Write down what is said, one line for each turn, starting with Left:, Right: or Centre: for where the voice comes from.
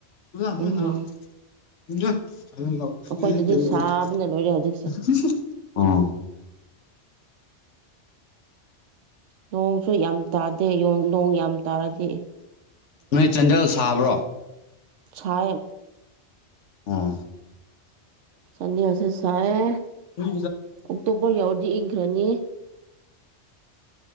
Left: <unintelligible>
Right: ꯎꯝ ꯑꯩꯈꯣꯏꯗꯗꯤ ꯁꯥꯕꯅ ꯂꯣꯏꯔꯦ ꯍꯧꯖꯤꯛꯁꯦ ꯅꯣꯡꯁꯨ ꯌꯥꯝ ꯇꯥꯗꯦ ꯅꯣꯡ ꯌꯥꯝ ꯇꯥꯔꯗꯤ
Left: ꯅꯣꯏ ꯆꯥꯟꯗꯦꯜ ꯁꯥꯕ꯭ꯔꯣ
Right: ꯁ
Left: ꯑꯥ
Right: ꯆꯟꯗꯦꯁꯦ ꯁꯥꯏ
Left: ꯎꯝ
Right: ꯑꯣꯛꯇꯣꯕꯔ ꯌꯥꯎꯔꯗꯤ ꯏꯪꯈ꯭ꯔꯅꯤ